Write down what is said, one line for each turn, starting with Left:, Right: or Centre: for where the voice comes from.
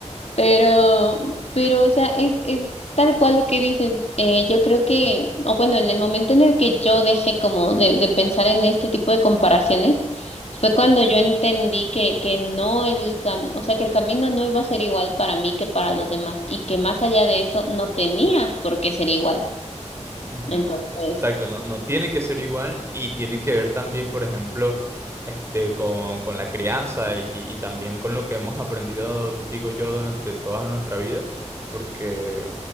Left: Pero, pero, o sea, es, es tal cual lo que dices. Eh, yo creo que, o bueno, en el momento en el que yo dejé como de, de pensar en este tipo de comparaciones, fue cuando yo entendí que, que no el cam- o sea, que el camino no iba a ser igual para mí que para los demás, y que más allá de eso no tenía por qué ser igual.
Right: Ujú.
Left: Entonces,
Right: Exacto, no, no tiene que ser igual y tiene que ver también, por ejemplo, este, con, con la crianza y, y también con lo que hemos aprendido, digo yo, durante toda nuestra vida, porque